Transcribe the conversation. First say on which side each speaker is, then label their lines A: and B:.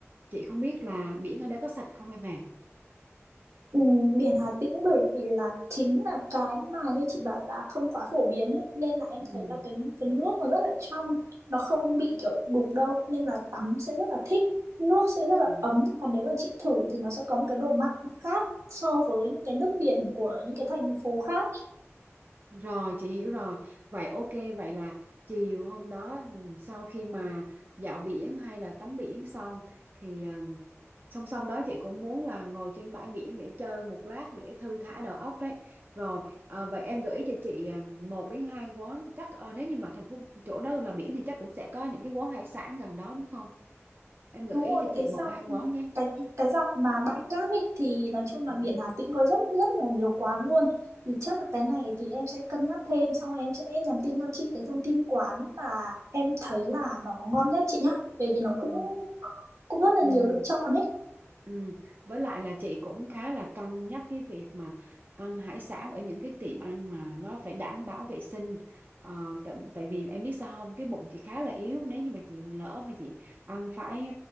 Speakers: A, on the right; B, on the right.
A: chị không biết là biển ở đây có sạch không em ạ.
B: Ừ, biển Hà Tĩnh bởi vì là chính là cái mà như chị bảo là không quá phổ biến ấy. Nên là em
A: Ừ.
B: thấy là cái cái nước nó rất là trong nó không bị kiểu đục đâu nên là tắm sẽ rất là thích nước sẽ rất là
A: À,
B: ấm và nếu mà chị thử thì nó sẽ có một cái độ mặn khác so với những cái nước biển của những cái thành phố khác
A: Rồi chị hiểu rồi. Vậy ok vậy là chiều hôm đó ừ, sau khi mà dạo biển hay là tắm biển xong thì ờ, song song đó chị cũng muốn là ngồi trên bãi biển để chơi một lát để thư thả đầu óc đấy rồi à, vậy em gợi ý cho chị à, một đến hai quán chắc à, nếu như mà thành phố chỗ đó là biển thì chắc cũng sẽ có những cái quán hải sản gần đó đúng không em gợi
B: Đúng
A: ý
B: rồi,
A: cho chị
B: cái
A: một
B: dọc
A: hai quán nhé
B: cái cái dọc mà bãi cát ấy thì nói chung là
A: ừ.
B: biển Hà Tĩnh có rất rất là nhiều quán luôn. Thì chắc là cái này thì em sẽ cân nhắc thêm xong em sẽ nhắn tin cho chị cái thông tin quán mà em thấy là nó ngon nhất chị nhá. Bởi vì nó
A: Ừ.
B: cũng cũng rất là
A: Ừ.
B: nhiều lựa chọn ấy.
A: Ừ. Với lại là chị cũng khá là cân nhắc cái việc mà ăn hải sản ở những cái tiệm ăn mà nó phải đảm bảo vệ sinh ờ, tại, tại vì em biết sao không cái bụng chị khá là yếu nếu như mà chị lỡ mà chị ăn phải